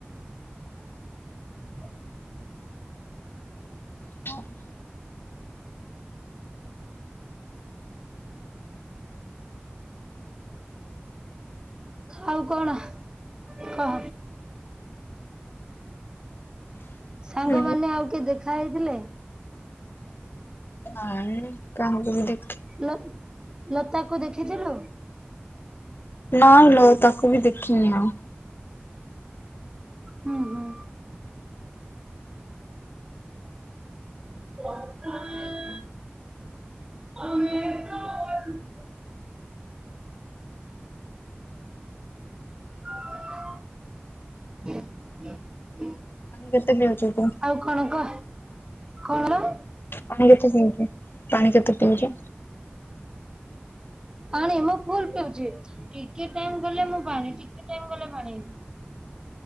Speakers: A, on the right; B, on the left.
A: <unintelligible>
B: <unintelligible> <unintelligible>
A: ଆଉ କଣ କହ। ସାଙ୍ଗମାନେ
B: ହୁଁ
A: ଆଉ କିଏ ଦେଖା ହେଇଥିଲେ?
B: ନାଇ କାହାକୁ ବି ଦେ
A: ଲ ଲତା କୁ ଦେଖିଥିଲୁ?
B: ନା ଲୋ ତାକୁ ବି ଦେଖିନି ଆଉ।
A: ହୁଁ ହୁଁ। <unintelligible> <unintelligible>
B: ପାଣି କେତେ ପିଉଛୁ ତୁ?
A: ଆଉ କଣ କ କଣ?
B: ପାଣି କେତେ ପିଉଚ? ପାଣି କେତେ ପିଉଚ?
A: ପାଣି ମୁଁ ଫୁଲ ପିଉଚି ଟିକେ ଟାଇମ ଗଲେ ମୁଁ ପାଣି ଟିକେ ଟାଇମ ଗଲେ ପାଣିି।